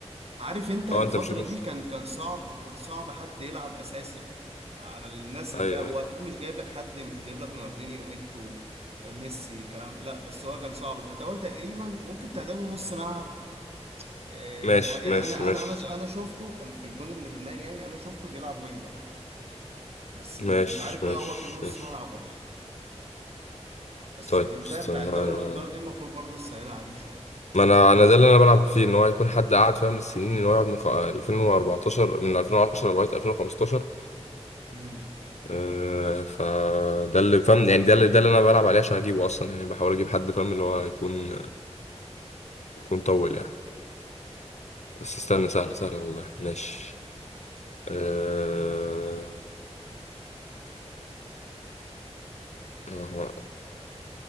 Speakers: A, on the right; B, on the left.
A: عارف انت الفترة
B: اه انت مش مش
A: دي كان كان صعب كان صعب حد يلعب اساسي على الناس اللي
B: ايوه
A: هو
B: ايوه
A: اكيد مش جايب لك حد مش جايب لك رونالدينيو ايتو ميسي كلام لا بس هو كان صعب فهو تقريبا ممكن تعدمه نص ملعب آه،
B: ماشي
A: يعني
B: ماشي
A: انا
B: ماشي
A: انا انا ش- انا شفته انا في الجون اللي في دماغي يعني انا شفته بيلعب وينجر بس مش
B: ماشي
A: مش عارف بقى
B: ماشي
A: هو كان نص
B: ماشي
A: ملعب ولا ايه بس
B: طيب
A: الانتهاء
B: استنى
A: بتاع دوري
B: انا
A: الابطال دي المفروض برضه تسهلها عليك شوية
B: ما انا انا ده اللي انا بلعب فيه ان هو يكون حد قاعد فاهم السنين ان هو يقعد من خ- 2014 من 2010 لغايه 2015
A: امم
B: آه، فده اللي فاهم يعني ده اللي ده اللي انا بلعب عليه عشان اجيبه اصلا يعني بحاول اجيب حد فاهم اللي هو يكون يكون طول يعني بس استنى سهله سهله والله ماشي أه... ما هو